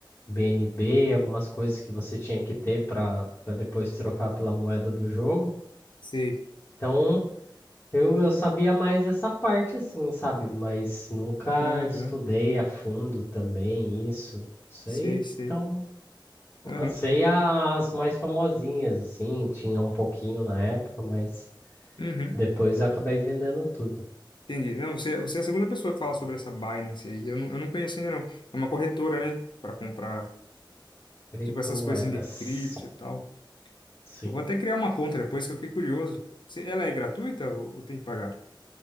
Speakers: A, on the left; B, on the left.
A: BNB, algumas coisas que você tinha que ter para para depois trocar pela moeda do jogo.
B: sei.
A: Então, eu, eu sabia mais essa parte, assim, sabe? Mas nunca
B: Aham,
A: estudei a fundo também isso. Sei,
B: sei, sei.
A: que é um-
B: Aham,
A: eu sei as mais famosinhas, assim, tinha um pouquinho na época, mas
B: uhum.
A: depois eu acabei vendendo tudo.
B: Entendi. Não, você, você é a segunda pessoa que fala sobre essa Binance aí. Eu não, eu não conheço ainda, não. É uma corretora, né? Pra comprar,
A: Criptomoedas.
B: tipo, essas coisas de cripto e tal.
A: Sim.
B: Eu vou até criar uma conta depois que eu fiquei curioso. Se ela é gratuita ou, ou tem que pagar?